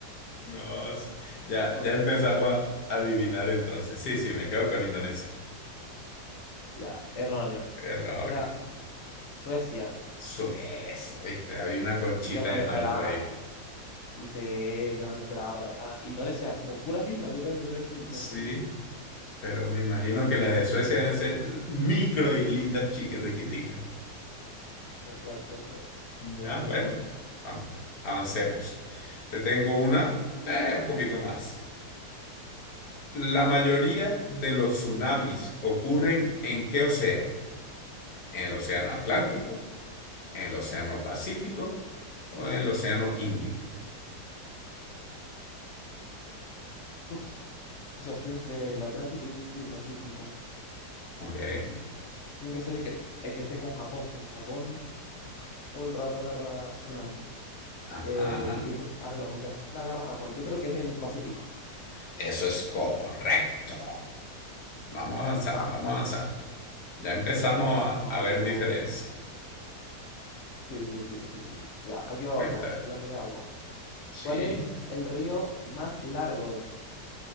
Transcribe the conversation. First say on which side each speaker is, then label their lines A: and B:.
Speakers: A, on the left (about 70°); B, on the left (about 45°).
A: Nos, ya,
B: No
A: ya empezamos
B: sé, no sé.
A: a adivinar entonces. Sí, sí, me quedo con Indonesia.
B: Ya, erróneo.
A: Error.
B: Era Suecia.
A: Suecia, ¿viste? Había una conchita
B: Yo no
A: de
B: lo
A: mango
B: esperaba.
A: ahí.
B: Sí, yo no lo esperaba para nada. Indonesia es como puras islas. Yo también hubiera dicho Indonesia,
A: Sí,
B: sí.
A: pero me imagino que las de Suecia deben ser microislitas chiquirriquiticas.
B: Tal cual, tal cual.
A: Ya,
B: Vamos bien,
A: bueno,
B: vamos bien.
A: vamos, avancemos. Te tengo una, eh, un poquito más. La mayoría de los tsunamis ocurren en qué océano? en el Océano Atlántico,
B: Oh.
A: en el Océano Pacífico o en el Océano Índico.
B: Uf. O sea, estoy entre el Atlántico y el Pacífico.
A: ¿Ok?
B: Em, tiene que ser el que, el que esté con Japón, porque Japón todo el rato agarra tsunami.
A: Ajá.
B: Eh, y co- ahora la punta de escuela agarra Japón. Yo creo que es el Pacífico.
A: Eso es correcto. Vamos avanzando,
B: Vamos.
A: vamos avanzando. Ya empezamos a,
B: Vamos
A: a ver
B: bien,
A: diferencias.
B: vamos bien. Sí, sí, sí, sí, sí. Ya, aquí va
A: Cuenta.
B: otra, hablando de agua.
A: Sí,
B: ¿Cuál es el río más largo del mundo?